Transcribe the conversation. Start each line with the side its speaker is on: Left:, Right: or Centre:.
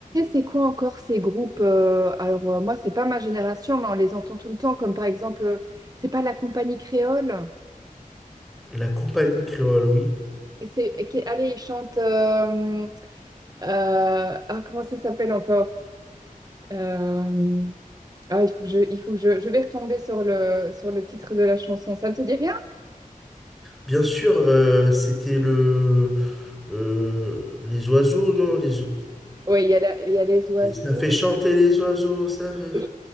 Right: c'est quoi encore ces groupes? euh, alors, euh, moi, c'est pas ma génération, mais on les entend tout le temps, comme par exemple, euh, c'est pas la compagnie créole?
Centre: La compagnie créole, oui.
Right: Et c'est, et qui- allez, ils chantent, euh, euh, ah, comment ça s'appelle encore? Euh, ah, il faut que je, il faut que je, je vais retomber sur le, sur le titre de la chanson. Ça ne te dit rien?
Centre: Bien sûr, euh, c'était le... euh, les oiseaux, non? Les... o-
Right: Oui, il y a la- il y a les oiseaux.
Centre: Ça fait chanter les oiseaux, ça fait...
Right: Oui.